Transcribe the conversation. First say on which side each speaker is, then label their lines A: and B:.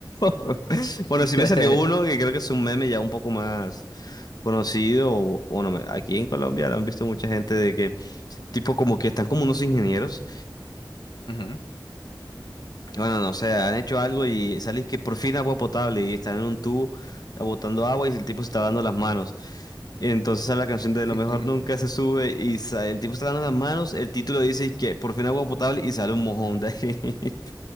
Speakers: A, on the left; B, on the left.
A: <laughs>
B: <laughs>
A: Bueno, sí me salió uno que creo que es un meme ya un poco más conocido. o- Bueno, me- aquí en Colombia lo han visto mucha gente de que, tipo, como que están como unos ingenieros
B: Ujú.
A: Bueno, no sé, han hecho algo y salís que por fin agua potable y están en un tubo botando agua y el tipo se está dando las manos. Y entonces a la canción de Lo
B: <laughs>
A: mejor nunca se sube y sa- el tipo está dando las manos, el título dice que por fin agua potable y sale un mojón de ahí. <laughs>